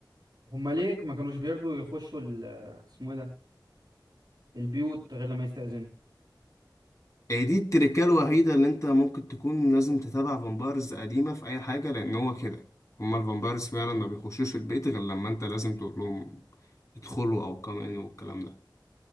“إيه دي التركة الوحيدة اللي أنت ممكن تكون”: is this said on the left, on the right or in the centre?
Left